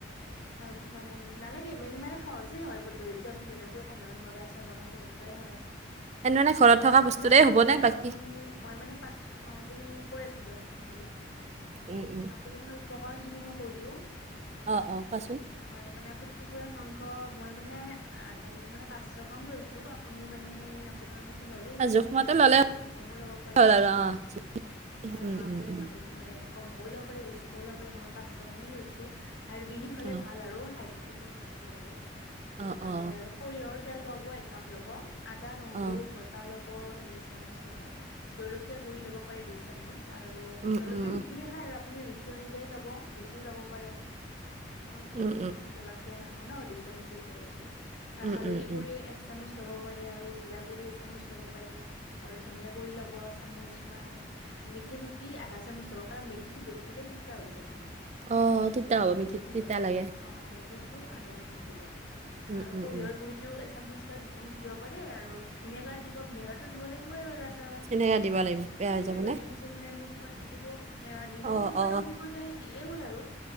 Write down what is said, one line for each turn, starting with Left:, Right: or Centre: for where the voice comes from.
Left: হয় মানে, নালাগে মানে সহজে হয় পদ্ধতিটো আমি যেনেকৈ সাধাৰণ ভাৱে আচাৰ বনাম তেনেকুৱা। কৰে হয়,
Right: তেনেহ'লে ঘৰত থকা বস্তুৰে
Left: কিন্তু আপুনি
Right: হ'বনে
Left: কুকুৰাৰ
Right: বাকী
Left: মাংস খিনি মই মানে পাছ আপুনি কৈ আছোঁ, দিয়ক, মই শুনি লওঁ।
Right: <inaudible>
Left: পৰিমাণৰ উপকৰণ খিনি মই কৈ দিওঁ।
Right: অ', অ', কোৱাচোন।
Left: হয় মানে, আপুনি কুকুৰা মাংস, মই মানে, আঁধা মানে পাঁচশ গ্ৰাম লৈছোঁ। <unintelligible> আপুনি মানে, আপোনাৰ মত ল'লেই হ'ল,
Right: আৰু জোখমতে
Left: যিখিনি বনাই
Right: ল'লে
Left: আপুনি, কমো ল'ব পাৰে।
Right: হ'ল আৰু অ উম
Left: হয়, হয়,
Right: উম
Left: আপোনাৰ
Right: উম
Left: মানুহ মানে, কম কৰি ল'ব পাৰে, বেছি কৰি ল'ব পাৰে, মই পাঁচশ গ্ৰামেই লৈছোঁ। হাৰবিহীন হলে
Right: অ
Left: ভাল আৰু, হাৰদি থাকিব নালাগে আৰু
Right: অ
Left: হ'লে
Right: অ
Left: আৰু। সৰিয়হৰ তেল ল'ব, একাপ ল'ব, আদা-নহৰু।
Right: অ
Left: তা ল'ব দুই চামুচ ল'ব, জলকীয়া গুৰি ল'ব পাৰে দুই চামুচ, আৰু
Right: উম
Left: জলকীয়া
Right: উম
Left: যি। যিখিনি খাই, আৰু আপুনি ৰুচি অনুযায়ী ল'ব। বেছিও ল'ব পাৰেই, মই
Right: উম উম
Left: বেছি জলা একোৱে নাখাওঁ ন' দুই চামুচ এ লৈছোঁ, আৰু
Right: উম
Left: হালধি
Right: উম
Left: গুৰি
Right: উম
Left: এক চামুচ ল'ব পাৰে আৰু জিৰা গুৰি এচামুচ ল'ব পাৰে। আৰু ধনিয়া গুৰি ল'ব এচামুচ মানে, মিঠি গুটি আধা চামুচ ল'ব। কাৰণ, মেথিটো বেছি দিলে তিতা হৈ যায়, মানে
Right: অ তিতা
Left: মেথিটো
Right: হ'ব মিঠি
Left: বেছি
Right: তিতা
Left: ব্যৱহাৰ
Right: লাগে
Left: নক অ', মেথিটো আধা চামুচ দিব,
Right: উম
Left: আৰু
Right: উম
Left: সৰিয়হৰ
Right: উম
Left: গুৰি টো এচামুচ বা দুই চামুচ দিব পাৰে, আৰু ভিনেগাৰ দিব, ভিনেগাৰটো দিব লাগিবই বাৰু আছ আচাৰত,
Right: সেনেকে দিব লাগিব বেয়া হৈ
Left: ভিনেগাৰ
Right: যাব নে
Left: তিনি-চাৰি চামুচ মান দি দিব। মানে নিমখটো
Right: অ
Left: সোৱাদ
Right: অ
Left: অনুযায়ী দিলেই হ'ল আৰু।